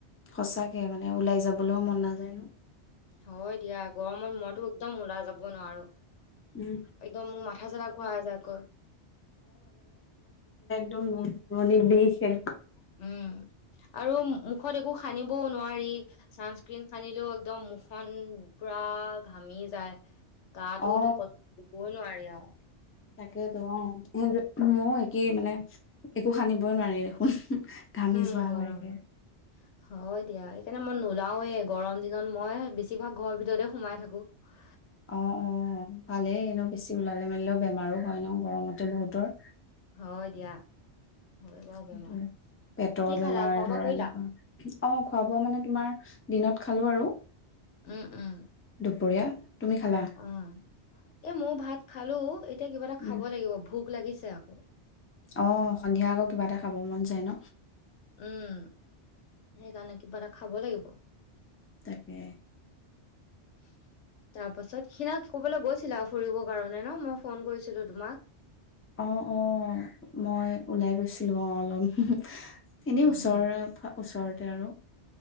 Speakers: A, on the left; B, on the left.
A: সচাকে মানে ওলাই যাবলৈও মন নাযায়। উ
B: হয় দিয়া গৰমত মনতো। একদম ওলাই যাব। দ নোৱাৰো
A: উম
B: একদম মোৰ মাথা চাথা ঘুৰাই যায় গৈ।
A: দ মোৰ বিষে।
B: উম আৰু। মুখত একো। সানিবও নোৱাৰি চানস্ক্ৰীণ সানিলেও। একদম মুখন পুৰা ঘামি যায়। গাতোতো
A: অ
B: ক ক'বই নোৱাৰি আৰু। অ।
A: তাকেইেতো অ স ময়ো একেই মানে একো সানিবই নোৱাৰি দেখোন। ঘামি
B: উম
A: যোৱা
B: গৰমত
A: হয়গে।
B: হয় দিয়া সেইকাৰণে মই নোলাওৱে গৰম দিনত মই। বেছভাগ ঘৰ ভিততে সোমাই থাকো। হয়।
A: অ অ ভালেই এনেও বেছি ওলালে মেলিলেও বেমাৰো হয় ন গৰমতে বহুতৰ।
B: হয় দিয়া। হয় বাৰ বেমাৰ
A: সেইটোৱে।
B: <unintelligible>
A: পেটৰ
B: কি
A: বেমাৰ
B: খালা খোৱা বোৱা
A: ধৰা
B: কৰিলা
A: এনেকুৱা অ খোৱা বোৱা মানে তোমাৰ দিনত খালো আৰু
B: উম উম
A: দুপৰীয়া তুমি খালা
B: অ এ মই ভাত খালো এতিয়া কিবা এটা খাব
A: উম
B: লাগিব ভোক লাগিছে আকৌ <unintelligible>
A: অ সন্ধিয়া আকৌ কিবা এটা খাব মন যায় ন
B: উম সেইকাৰণে কিবা এটা খাব লাগিব
A: তাকে
B: <inaudible> তাৰ পাছত সেই ক'বলৈ গৈছিলা ফুৰিবৰ কাৰণে ন মই ফোন কৰিছিলো তোমাক
A: অ অ মই ওলাই গৈছিলো অ অলপ এনেই
B: উহু,
A: ওচৰৰ ওচৰত তে আৰু